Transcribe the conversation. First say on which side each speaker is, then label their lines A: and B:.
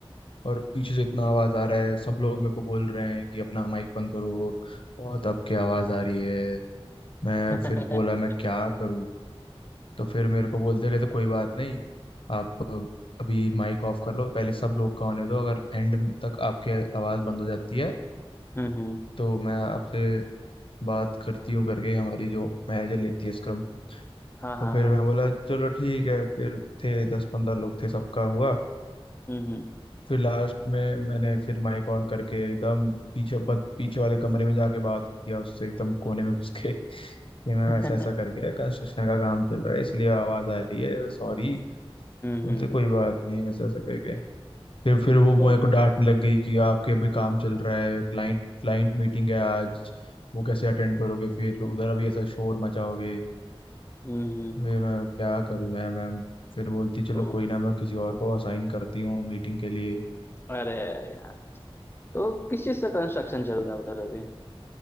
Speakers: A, on the left (about 60°); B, on the left (about 20°).
A: और पीछे से इतना आवाज आ रहा है सब लोग मेरे को बोल रहे हैं कि अपना माइक बंद करो बहुत आपकी आवाज आ रही है मैं
B: <laughs>
A: फिर बोला मैं क्या करूँ तो फिर मेरे को बोलते कहते कोई बात नहीं आप अभी माइक ऑफ कर लो पहले सब लोग का होने दो अगर एंड तक आपके आवाज़ बंद हो जाती है
B: हम्म हम्म
A: तो मैं आपसे बात करती हूँ करके हमारी जो मैनेजर लेती है स्क्रम
B: हाँ
A: तो
B: हाँ
A: फिर
B: हाँ
A: मैं बोला चलो ठीक है फिर थे दस पंद्रह लोग थे सबका हुआ
B: हम्म हम्म
A: फिर लास्ट में मैंने फिर माइक ऑन करके एकदम पीछे बत- पीछे वाले कमरे में जाके बात किया उससे एकदम कोने में घुस के कि मैम
B: <laughs>
A: ऐसा ऐसा करके कंस्ट्रक्शन का काम चल रहा है इसलिए आवाज़ आ रही है सॉरी
B: हम्म
A: बोलते
B: हम्म
A: कोई बात नहीं ऐसा ऐसा करके फिर फिर वो
B: तो
A: मेरे को डांटने लग गई कि आपके अभी काम चल रहा है क्लाइंट क्लाइंट मीटिंग है आज वो कैसे अटेंड करोगे फिर उधर अभी ऐसा शोर मचाओगे
B: हम्म हम्म
A: फिर मैं क्या करूँ मैं मैम फिर बोलती चलो
B: तो
A: कोई ना मैं किसी और को असाइन करती हूँ मीटिंग के लिए
B: अरे यार तो किस चीज का कंस्ट्रक्शन चल रहा है उधर अभी